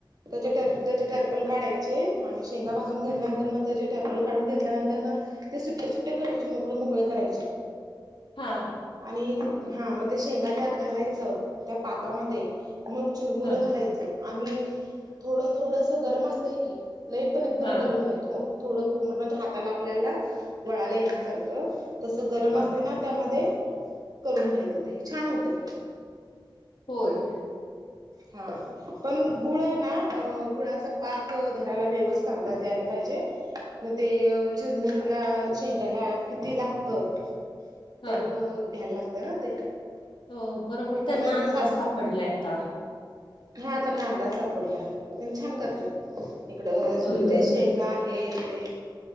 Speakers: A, on the right; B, on the left.
A: त्याचे टर त्याचे टर्पल काढायचे आणि शेंगा भाजून घेतल्यानंतरन त्याचे टर्पल काढून घेतल्यानंतरन ते सुट्ट्या सुट्ट्या करायचे मोकळ मोकळं करायचे
B: हां
A: आणि हा मग ते शेंगा त्यात घालायचं त्या पाकामध्ये मग चुरमुरं
B: ह
A: घालायचं आणि थोडं थोडंस गरम असतंय की लई पण एकदम
B: हा
A: गरम नाही थोडं कोमट म्हणजे हाताला आपल्याला वळाला येण्यासारखं तसं गरम
B: हा
A: असते ना त्यामध्ये करून घ्यायचं ते छान होते
B: होय
A: हा पण गुळ ना गुळाचा पाक धरायला व्यवस्थित अंदाज यायला पाहिजे मग ते चिरमुऱ्याला शेंगाला किती लागतं
B: हा
A: तेवढं घ्यायला लागतं ना ते
B: हो बरोबर त्यांना
A: त्यामुळे
B: अंदाज
A: ते सारखं
B: सापडलाय आता
A: हा त्यांना अंदाज सापडलाय तेनी छान करतात इकड
B: होय
A: जे
B: ना?
A: शेंगा आहे ते